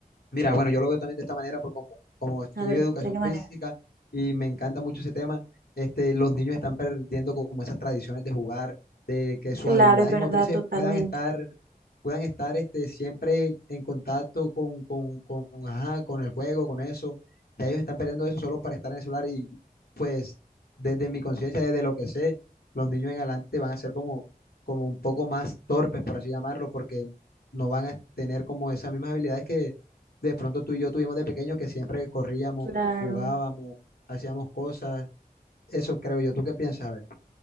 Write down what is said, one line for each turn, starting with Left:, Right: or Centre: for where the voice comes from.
Left: Mira, bueno, yo lo veo también de esta manera porque como, como estudio
Right: A ver,
Left: educación
Right: ¿de qué manera?
Left: física y me encanta mucho ese tema, este, los niños están perdiendo como esas tradiciones de jugar, de que sus
Right: Claro,
Left: habilidades
Right: es verdad,
Left: motrices
Right: totalmente.
Left: puedan estar, puedan estar este, siempre en contacto con, con, con, ajá, con el juego, con eso. Ya ellos están perdiendo eso solo para estar en el celular y pues desde mi conciencia, desde lo que sé, los niños en adelante van a ser como, como un poco más torpes, por así llamarlo, porque no van a tener como esas mismas habilidades que de pronto tú y yo tuvimos de pequeño que siempre corríamos,
Right: Claro.
Left: jugábamos, hacíamos cosas. Eso creo yo. ¿Tú qué piensas? A ver,